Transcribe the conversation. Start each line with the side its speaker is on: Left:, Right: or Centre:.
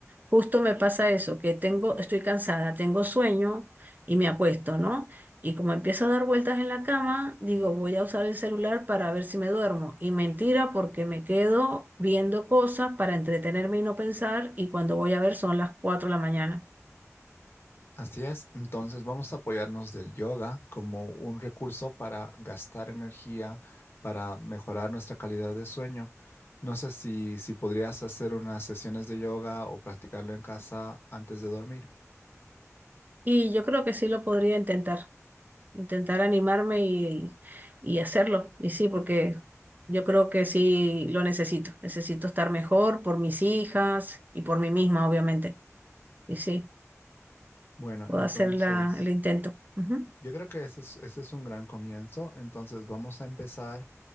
Right: justo me pasa eso, que tengo, estoy cansada, tengo sueño y me acuesto, ¿no? Y como empiezo a dar vueltas en la cama, digo, voy a usar el celular para ver si me duermo. Y mentira, porque me quedo viendo cosas para entretenerme y no pensar, y cuando voy a ver son las 4 de la mañana.
Left: así es. Entonces, vamos a apoyarnos del yoga como un recurso para gastar energía, para mejorar nuestra calidad de sueño. No sé si, si podrías hacer unas sesiones de yoga o practicarlo en casa antes de dormir.
Right: Y yo creo que sí lo podría intentar, intentar animarme y, y hacerlo. Y sí, porque yo creo que sí lo necesito. Necesito estar mejor por mis hijas y por mí misma, obviamente. Y sí,
Left: Bueno,
Right: puedo
Left: entonces...
Right: hacer la, el intento. Ujú.
Left: Yo creo que ese es, ese es un gran comienzo. Entonces vamos a empezar